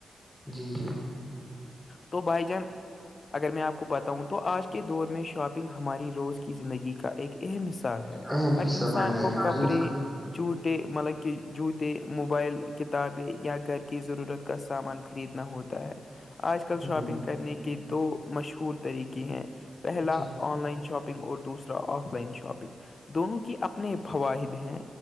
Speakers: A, in the centre; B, on the left.
A: جی جی
B: تو بائی جان اگر میں آپ کو بتاؤں تو آج کے دور میں شاپنگ ہماری روز کی زندگی کا ایک اہم حصہ ہے
A: اہم
B: ہر
A: حصہ
B: انسان
A: بن گیا
B: کو
A: ہے
B: کپڑے جوتےے مطلب کہ جووتے موبائل کتابیں یا گھر کی ضرورت گس سامان خریدنا ہوتا ہے آج کل
A: جی
B: شاپنگ کرنے کے دو مشہور طریقے ہیں پہلا
A: جی
B: آن لائن شاپنگ اور دوسرا آف لائن شاپنگ دونوں کی اپنے فواہد ہیں